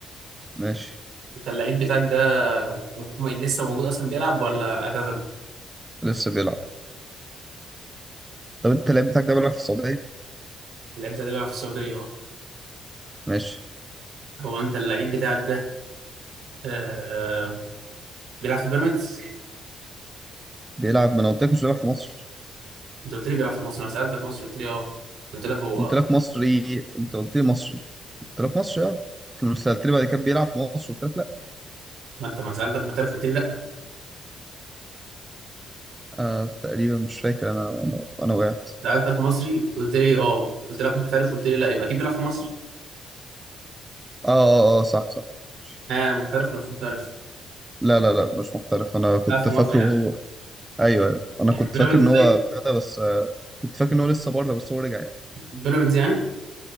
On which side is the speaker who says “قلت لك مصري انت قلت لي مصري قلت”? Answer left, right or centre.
Right